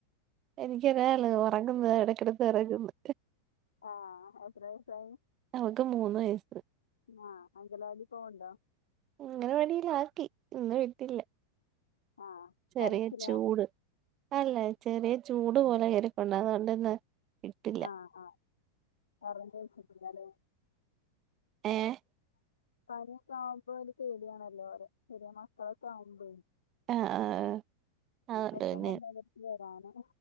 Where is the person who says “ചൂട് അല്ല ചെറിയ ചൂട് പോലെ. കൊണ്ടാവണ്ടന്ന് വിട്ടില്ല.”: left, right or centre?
Right